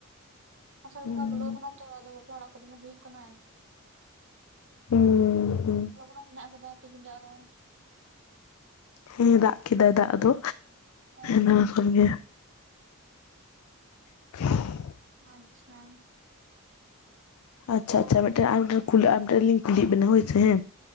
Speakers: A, on the right (about 55°); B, on the left (about 75°).
A: ᱟᱥᱟᱲ
B: ᱦᱩᱸ
A: ᱵᱚᱸᱜᱟ ᱵᱚᱞᱚᱣ ᱠᱟᱱᱟ ᱛᱚ ᱟᱫᱚ ᱵᱟᱯᱞᱟ ᱚᱲᱟᱜ ᱠᱚ ᱫᱚᱢᱮ ᱦᱩᱭᱩᱜ ᱠᱟᱱᱟ᱾
B: ᱦᱩᱸ ᱦᱩᱸ
A: ᱞᱚᱜᱱᱚ ᱦᱮᱱᱟᱜ ᱠᱟᱫᱟ ᱛᱮᱦᱮᱧ ᱫᱚ ᱟᱨᱚ᱾
B: ᱦᱮᱸ ᱫᱟᱜ ᱠᱮᱫᱟᱭ ᱫᱟᱜ ᱫᱚ
A: ᱚ
B: ᱱᱟ ᱠᱷᱚᱱᱜᱮ᱾ <inaudible>
A: ᱟᱪᱪᱷᱟ
B: ᱟᱪᱪᱷᱟ ᱟᱪᱪᱷᱟ ᱢᱮᱜᱴᱮᱱ ᱟᱨ ᱢᱤᱫᱴᱮᱱ ᱠᱩᱞᱤ ᱟᱯᱰᱮᱴ ᱠᱩᱞᱤᱭᱮᱜ ᱵᱮᱱᱟ ᱦᱳᱭ ᱥᱮ ᱦᱮᱸ?